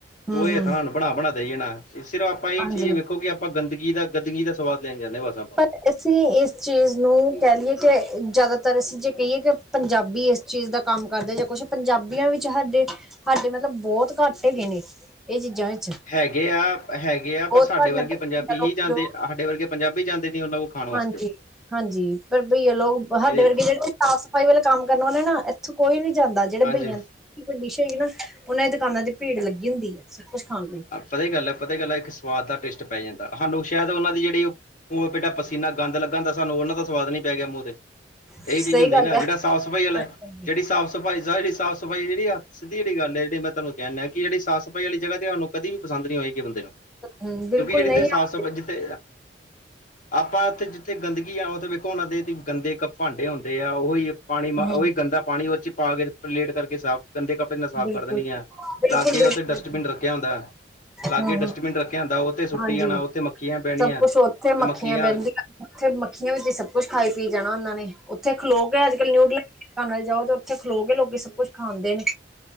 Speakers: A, in the centre; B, on the left (about 45°).
A: ਹੂੰ-ਹੂੰ।
B: ਤੇ ਓਈ ਹੱਥਾਂ ਨਾ ਬਣਾ-ਬਣਾ ਦੇਈ ਜਾਨਾ, ਸਿਰਫ ਆਪਾਂ ਇਹ
A: ਹਾਂਜੀ
B: ਚੀਜ਼ ਵੇਖੋ ਕਿ ਆਪਾਂ ਗੰਦਗੀ ਦਾ, ਗੰਦਗੀ ਦਾ ਸਵਾਦ ਲੈਣ ਜਾਂਦੇ ਹਾਂ ਬਸ ਆ
A: ਪਰ ਅਸੀਂ ਇਸ ਚੀਜ਼ ਨੂੰ, ਕਹਿ ਲਈਏ ਕਿ ਜ਼ਿਆਦਾਤਰ ਅਸੀਂ ਜੇ ਕਹੀਏ ਕੇ ਪੰਜਾਬੀ ਇਸ ਚੀਜ਼ ਦਾ ਕੰਮ ਕਰਦੇ ਜਾਂ ਕੁਛ ਪੰਜਾਬੀਆਂ ਵਿੱਚ ਸਾਡੇ ਸਾਡੇ ਮਤਲਬ ਬੋਤ ਘੱਟ ਹੈਗੇ ਨੇ ਇਹ ਚੀਜ਼ਾਂ ਵਿੱਚ।
B: ਹੈਗੇ ਆ, ਹੈਗੇ ਗੇ
A: ਬਹੁਤ
B: ਆ ਪਰ ਸਾਡੇ
A: ਘੱਟ
B: ਵਰਗੇ
A: ਨੇ ਪਰ
B: ਪੰਜਾਬੀ
A: ਲੋਕ
B: ਹੀ ਜਾਂਦੇ,
A: ਜੋ
B: ਸਾਡੇ ਵਰਗੇ ਪੰਜਾਬੀ ਜਾਂਦੇ ਨੀ ਓਨਾਂ ਕੋਲ ਖਾਣ ਵਾਸਤੇ।
A: ਹਾਂਜੀ, ਹਾਂਜੀ ਪਰ ਭਈਆ ਲੋਕ ਸਾਡੇ
B: ਇਹ
A: ਵਰਗੇ ਜਿਹੜੇ ਸਾਫ਼ ਸਫ਼ਾਈ ਵਾਲੇ ਕੰਮ ਕਰਨ ਵਾਲੇ ਨਾ ਇੱਥੋਂ ਕੋਈ ਨੀ ਜਾਂਦਾ ਜਿਹੜੇ
B: ਹਾਂਜੀ
A: ਭਈਆਂ ਕਿ ਹਮੇਸ਼ਾ ਈ ਨਾ ਉਹਨਾਂ ਦੀ ਦੁਕਾਨਾਂ ਤੇ ਭੀੜ ਲੱਗੀ ਹੁੰਦੀ ਐ ਸਭ ਕੁੱਝ ਖਾਣ ਲਈ।
B: ਪਤਾ ਗੱਲ ਹੈ, ਪਤਾ ਗੱਲ ਇੱਕ ਸਵਾਦ ਦਾ ਟੇਸਟ ਪੈ ਜਾਂਦਾ ਸਾਨੂੰ ਸ਼ਾਇਦ ਉਹਨਾਂ ਦੀ ਜਿਹੜੀ ਉਹ ਪੇਡਾ ਪਸੀਨਾ ਗੰਦ ਲਗਾ ਹੂੰਦਾ ਸਾਨੂੰ ਉਹਨਾਂ ਦਾ ਸਵਾਦ ਨੀ ਪੈ ਗਿਆ ਮੂੰਹ ਦੇ। ਇਹੀ
A: ਸਹੀ
B: ਚੀਜ਼ ਹੁੰਦੀ
A: ਗੱਲ
B: ਨਾ,
A: ਹੈ।
B: ਜਿਹੜਾ ਸਾਫ਼ ਸਫ਼ਾਈ ਵਾਲਾ
A: ਹਾਂਜੀ,
B: ਐ ਜਿਹੜੀ ਸਾਫ਼ ਸਫਾਈ ਸਾਫ਼ ਸਫਾਈ ਜੇੜੀ ਆ ਸਿੱਧੀ ਜਿਹੀ ਗੱਲ ਏ, ਜੇੜੀ ਮੈਂ ਤੁਆਨੁ ਕਹਨਾ ਕਿ ਜੇੜੀ ਸਾ ਸਫ਼ਾਈ ਵਾਲੀ ਜਗਾਹ ਹੋਏਗੀ ਕਦੀ ਵੀ ਪਸਦ ਨਹੀਂ ਹੋਏਗੀ ਬੰਦੇ ਨੂੰ।
A: ਹੂੰ ਬਿਲਕੁਲ
B: ਕਿਉਂਕਿ ਜਿਹੜੀ
A: ਨਹੀਂ
B: ਸਾਫ਼
A: ਆਖਦੇ
B: ਸਫ਼ਾਈ ਜਿੱਥੇ ਆਪਾਂ ਉੱਥੇ ਗੰਦਗੀ ਆ ਉਹ ਤੇ ਵੇਖੋ ਉਹਨਾਂ ਦੇ ਗੰਦੇ ਇੱਕ ਭਾਂਡੇ ਹੁੰਦੇ ਆ ਓਈ ਪਾਣੀ
A: ਹੂੰ
B: ਓਈ ਗੰਦਾ ਪਾਣੀ ਓਦੇ ਚ ਪਾ ਕੇ ਪਲੇਟ ਕਰਕੇ ਸਾਫ਼ ਗੰਦੇ ਕੱਪੜੇ ਨਾਲ ਸਾਫ਼
A: ਬਿਲਕੁਲ,
B: ਕਰ ਦੇਣੀ ਐ,
A: ਬਿਲਕੁਲ,
B: ਲਾਗੇ
A: ਬਿਲਕੁਲ
B: ਉੱਥੇ ਡਸਟਬਿਨ ਰੱਖਿਆ ਹੁੰਦਾ। ਲਾਗੇ
A: ਹੂੰ ਹੂੰ
B: ਡਸਟਬਿਨ ਰੱਖਿਆ ਹੁੰਦਾ, ਓਥੇ ਸੁੱਟੀ
A: ਹਾਂਜੀ
B: ਜਾਣਾ ਓਥੇ ਮੱਖੀਆਂ ਬੈਣੀਆਂ
A: ਸਭ ਕੁਛ
B: ਤੇ
A: ਉੱਥੇ
B: ਮੱਖੀਆਂ
A: ਬਹਿੰਦੀਆਂ ਉੱਥੇ ਮੱਖੀਆਂ ਵਿੱਚ ਹੀ ਸਭ ਕੁਝ ਖਾਈ ਪੀ ਜਾਣਾ ਉਹਨਾਂ ਨੇ, ਉੱਥੇ ਖਲੋ ਗਏ ਅੱਜ ਕੱਲ ਨਿਊਡਲ <unintelligible> ਜਾਓ ਤੇ ਓਥੇ ਖਲੋ ਕੇ ਲੋਕ ਸਭ ਕੁੱਝ ਖਾਂਦੇ ਨੇ।